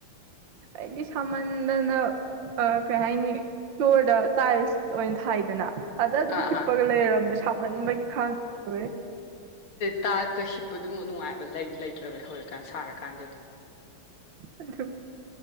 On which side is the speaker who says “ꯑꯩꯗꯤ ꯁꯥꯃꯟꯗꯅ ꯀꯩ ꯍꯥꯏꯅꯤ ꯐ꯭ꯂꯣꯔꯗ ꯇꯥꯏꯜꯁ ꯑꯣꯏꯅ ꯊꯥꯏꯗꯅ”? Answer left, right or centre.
Right